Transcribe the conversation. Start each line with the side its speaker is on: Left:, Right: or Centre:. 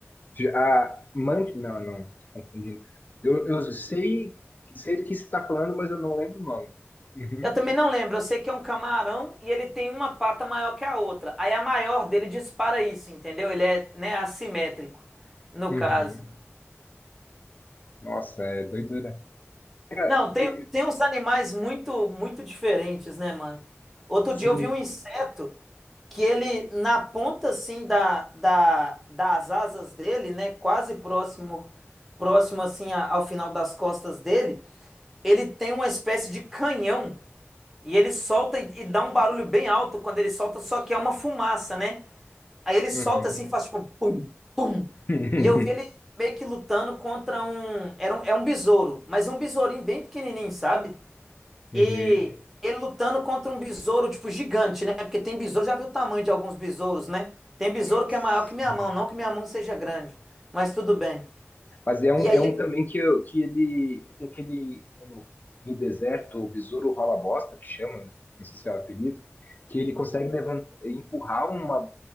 Left: já Mand... Não, não, tô confundindo. Eu, eu sei, sei do que você está falando, mas eu não lembro o nome. Uhum.
Centre: Eu também não lembro. Eu sei que é um camarão e ele tem uma pata maior que a outra. Aí a maior dele dispara isso, entendeu? Ele é, né, assimétrico, no
Left: Uhum.
Centre: caso.
Left: Nossa, é doidura. Cara,
Centre: Não, tem,
Left: e-
Centre: tem uns animais muito, muito diferentes, né, mano? Outro
Left: sim.
Centre: dia eu vi um inseto. que ele, na ponta assim da, da, das asas dele, né, quase próximo, próximo assim a- ao final das costas dele, ele tem uma espécie de canhão e ele solta e, e dá um barulho bem alto quando ele solta, só que é uma fumaça, né? Aí ele solta
Left: Uhum.
Centre: assim, faz tipo pum, pum.
Left: <laughs>
Centre: E eu vi ele meio que lutando contra um, era um, é um besouro, mas um besourinho bem pequenininho, sabe?
Left: Uhum.
Centre: E ele lutando contra um besouro, tipo, gigante, né? Porque tem besouro, já viu o tamanho de alguns besouros, né? Tem besouro
Left: Sim.
Centre: que é maior que minha mão, não que minha mão seja grande, mas tudo bem.
Left: Mas é um,
Centre: E aí
Left: é um
Centre: ele,
Left: também que, eu- que ele tem aquele no, no deserto, o besouro rola bosta, que chama, não sei se é o apelido, que ele consegue levantar, empurrar uma,